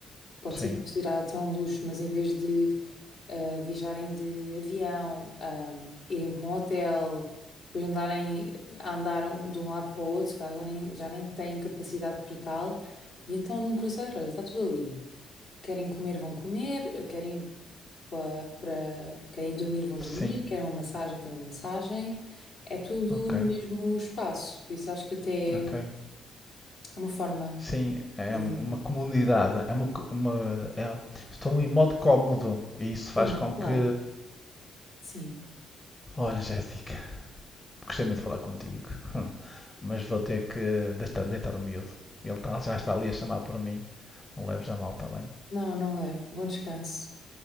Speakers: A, on the left; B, on the left.
A: pode
B: Sim,
A: ser considerado até um luxo, mas em vez de ah, viajarem de avião, ah, irem para um hotel, depois andarem a andar um- de um lado para o outro, se calhar já nem, já nem têm capacidade para tal. E então num cruzeiro, olha, está tudo ali. Querem comer, vão comer, querem ir para, para- querem dormir, vão
B: sim,
A: dormir, querem uma massagem, têm uma massagem. É tudo
B: ok,
A: no mesmo espaço, por isso acho que até
B: ok.
A: é uma forma
B: Sim, é
A: de.
B: um- uma comunidade, é uma, co- uma- é- estão em modo cómodo e isso faz
A: Sim,
B: com
A: claro,
B: que.
A: sim.
B: Olha, Jéssica, gostei muito de falar contigo. mas vou ter que deitar, deitar o miúdo. Ele tá- já está ali a chamar por mim. Não leves a mal, está bem?
A: Não, não levo. Bom descanso.